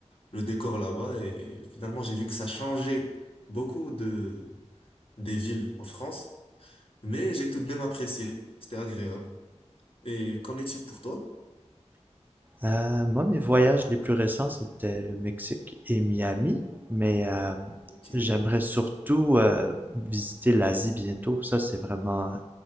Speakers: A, on the left (about 50°); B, on the right (about 15°).
A: le décor là-bas. Et finalement, j'ai vu que ça changeait beaucoup de, des villes en France, mais j'ai tout de même apprécié. C'était agréable. Et qu'en est-il pour toi?
B: Euh, moi, mes voyages les plus récents, c'était le Mexique et Miami, mais euh,
A: Ok.
B: j'aimerais surtout euh, visiter l'Asie bientôt. Ça, c'est vraiment euh,